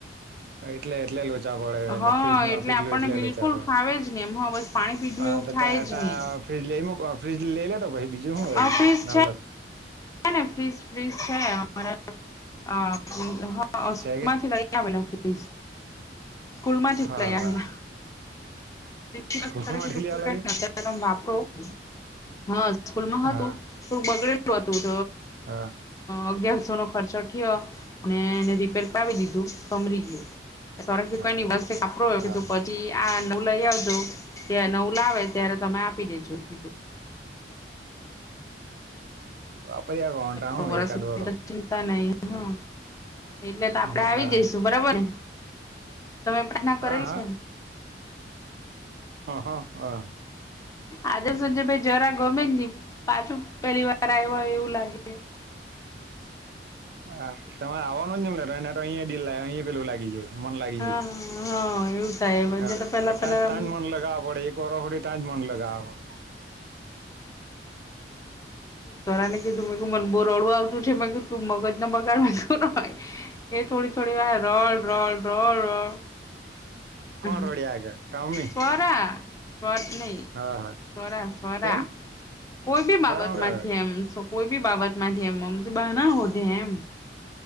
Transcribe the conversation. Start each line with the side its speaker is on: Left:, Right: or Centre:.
Right: એટલે એટલે <unintelligible> <unintelligible> પડે એટલે
Left: હા
Right: ફ્રીજ નું પીટલું
Left: આપણને
Right: એટલે
Left: બિલકુલ
Right: લુચા પડે
Left: ફાવે જ નહી એમ હ બસ પાણી પીધું
Right: હા
Left: એવું
Right: તો
Left: થાય
Right: ત
Left: જ
Right: ત્યા.
Left: નહી
Right: ફ્રીજ લઈ ફ્રીજ લઈ લેતો પછી બીજું શું
Left: આ
Right: હ
Left: ફ્રીજ
Right: ના
Left: છે
Right: <unintelligible>
Left: <unintelligible> ને ફ્રીજ ફ્રીજ છે, અમારા. હ હા હોસ્પિટલ
Right: શેગે
Left: માંથી લઈ આવેલા ફ્લીઝ. સ્કૂલ માંથી
Right: હા
Left: લઈ
Right: હા
Left: <unintelligible>
Right: સ્કૂલ માટે લેવા લાગે
Left: હા સ્કૂલમાં
Right: હા
Left: હતું તો બગડેલું હતું. તો
Right: હા
Left: અગિયારસો નો ખર્ચ <unintelligible> અને ર ફેરકાવી દીધું સમરી ગયું. <unintelligible>
Right: હા
Left: કોઈ ન <unintelligible>
Right: હા
Left: પછી આ લઈ આવજો ત્યા નવું લાવે ત્યારે તમે આપી દેજો. <inaudible>
Right: વાપરી આવ કોન્ટા હું
Left: ખબર
Right: એકાદ વારો
Left: <unintelligible> ચિંતા નહી. હા એટલે તો આપડે
Right: હા
Left: આવી જઈશું બરાબર ને. તમે <unintelligible> કરેલી
Right: હા
Left: છે, ને.
Right: હા હ હા
Left: આજે <unintelligible> ભાઈ જરા ગમે પાછું પહેલી વાર. <unintelligible> આવ એવું લાગે.
Right: હા તમે આવો ન જમ લે એને તો અહ ડીલ લ અ પેલું લાગી જાય મન લાગી
Left: હા
Right: જાય
Left: હા એવું થાય પછી
Right: હ
Left: તો પેલા પેલા
Right: તાં જ ત્યાંજ મન લગાવવા પડે એક ઓફોડી તાંજ મન લગાવવા હોડ
Left: તરા ને કીધું મેં મન બુ રડવું આવતું છે મે ક તું મગજ ના બગાડવા એ થોડી થોડી વા રોલ રોલ રોલ રો હ
Right: કોણ રડ્યા આગળ ટોમી
Left: પોરા સ્ નહી
Right: હા હા
Left: સ્સ્વરા
Right: કેમ
Left: કોઈ બી બાબત
Right: શરમ કરે
Left: માંથી
Right: રડે
Left: એમ કોઈ બી બાબત થી એમ મમ તો બ ના હોધે એમ